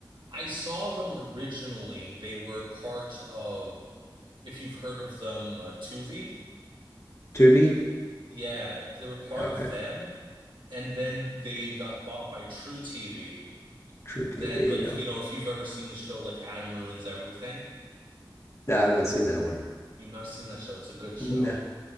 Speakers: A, on the right (about 80°); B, on the left (about 35°).
A: I saw them originally. They were part of, if you've heard of them, uh, Tuvi.
B: Tubi?
A: Yeah, they were part
B: Okay,
A: of them, and then they got bought by True TV.
B: True
A: Then,
B: TV.
A: like,
B: Yep.
A: you know, if you've ever seen the show, like Adam Ruins Everything,
B: No, I've not seen that one.
A: you've not seen that show. It's a good show.
B: No,